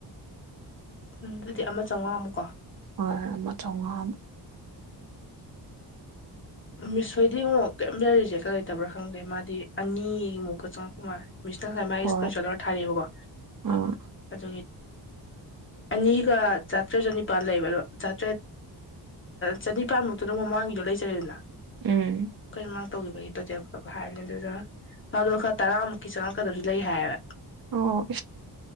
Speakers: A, on the left; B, on the right.
A: ꯎ ꯑꯗꯨꯗꯤ ꯑꯃ ꯆꯥꯝꯃꯉꯥꯃꯨꯛꯀꯣ
B: ꯍꯣꯏ ꯑꯃ ꯆꯣꯝꯉꯥ
A: ꯃꯤꯁ ꯍꯣꯏꯗꯤ ꯑꯃꯨꯛ ꯀꯔꯤꯝꯇꯔꯤꯁꯦꯀ ꯂꯩꯇꯕ꯭ꯔꯥ ꯈꯪꯗꯦ ꯃꯥꯗꯤ ꯑꯅꯤꯃꯨꯛꯀ ꯆꯪꯉꯛꯄ ꯃꯥꯜꯂꯦ ꯃꯤꯁꯅ ꯉꯁꯥꯏ ꯃꯥꯒꯤ
B: ꯍꯣꯏ
A: ꯏꯁꯄꯣꯟ ꯁꯣꯂꯔ ꯊꯥꯔꯤꯑꯕꯀꯣ
B: ꯑꯥ
A: ꯑꯗꯨꯒꯤ ꯑꯅꯤꯒ ꯆꯥꯇ꯭ꯔꯦꯠ ꯆꯅꯤꯄꯥꯜ ꯂꯩꯕ ꯑꯗꯣ ꯆꯥꯇ꯭ꯔꯦꯠ ꯆꯅꯤꯄꯥꯜꯃꯨꯛꯇꯗꯝ ꯃꯃꯥꯡꯒꯤꯗꯣ ꯂꯩꯖꯔꯦꯗꯅ
B: ꯎꯝ
A: ꯑꯩꯈꯣꯏꯅ ꯃꯥꯡ ꯇꯧꯈꯤꯕꯒꯤ ꯇꯣꯇꯦꯜꯈꯛ ꯍꯥꯏꯕꯅꯦ ꯑꯗꯨꯗꯨꯅ ꯃꯥꯗꯣ ꯈꯔ ꯇꯔꯥꯃꯨꯛꯀꯤ ꯆꯪꯉꯛꯀꯗꯝ ꯂꯩ ꯍꯥꯏꯌꯦꯕ
B: ꯑꯣ